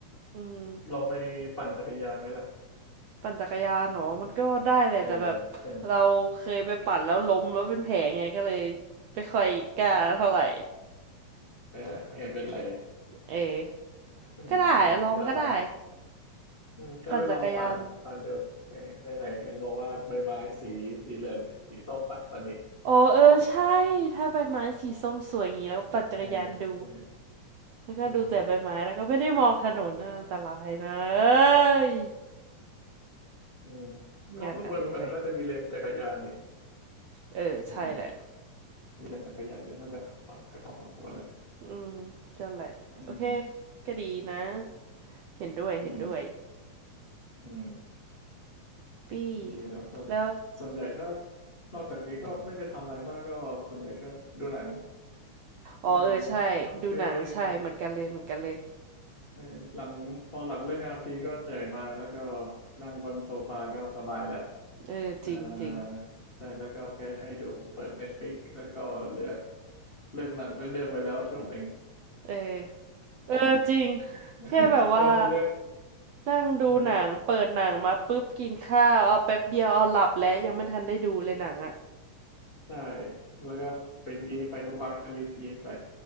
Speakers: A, on the right; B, on the left.
A: อืม
B: ลองไปปั่นจักรยานไหมล่ะ
A: ปั่นจักรยานเนาะมันก็ได้แหละแต่แบบ
B: เออเห็น
A: เราเคยไปปั่นแล้วล้มแล้วเป็นแผลไงก็เลยไม่ค่อยกล้าเท่าไหร่
B: เออไม่เห็นเป็นไรเลย
A: เออ
B: อืมอืมก็ลอง
A: ก็ได้ลองก็ได้
B: อืมก็ไปลองปั่นปั่นดูเออไหนไหนเห็นบอกว่าใบไม้สีสีเหลืองสีส้มปะตอนนี้
A: ปั่นจักรยานอ๋อเออใช่ถ้าใบไม้สีส้มสวยอย่างนี้แล้วก็ปั่นจักรยานดู
B: เออเออ
A: แล้วก็ดูแต่ใบไม้แล้วก็ไม่ได้มองถนนนะอันตรายนะเอ้
B: อืม
A: ย
B: อืมก็ข้างบนมันน่าจะมีเลนจักรยานนี่
A: งานอดิเรกเออใช่แหละ
B: อืมมีเลนจักรยานอยู่น่าจะปลอดภัยพอสมควรแหละ
A: อืมนั่นแหละโอเค
B: อืม
A: ก็ดีนะเห็นด้วยเห็นด้วย
B: อืมอืม
A: ปี้
B: ดีแล้วส่วน
A: แล้ว
B: ส่วนใหญ่ถ้านอกจากนี้ก็ไม่ได้ทำอะไรมากก็ส่วนใหญ่ก็ดูหนัง
A: อ๋อเออใช่ดูหนังใช่เหมือนกันเลยเหมือนกันเลย
B: ดูหนังฟังเพลงเออหลังพอหลังเลิกงานทีก็เหนื่อยมาแล้วก็นั่งบนโซฟาก็สบายแหละ
A: เออจริงจริง
B: เออใช่แล้วก็แค่ให้ดูเปิด Netflix แล้วก็เลือกเลือกหนังก็เลือกไว้แล้วช่วงหนึ่ง
A: เออเออจริง
B: <laughs>
A: แค่แบบว่า
B: แล้วพอเลือก
A: นั่งดูหนังเปิดหนังมาปุ๊บกินข้าวเอาแป๊บเดียวเอาหลับแล้วยังไม่ทันได้ดูเลยหนังอ่ะ
B: อืมใช่แล้วก็เป็นงี้ไปทุกวันก็รีพีทไป